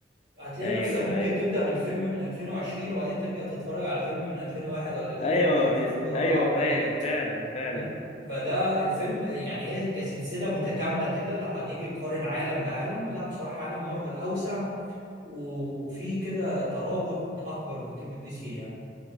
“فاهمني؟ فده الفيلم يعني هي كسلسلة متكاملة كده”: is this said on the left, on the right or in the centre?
Right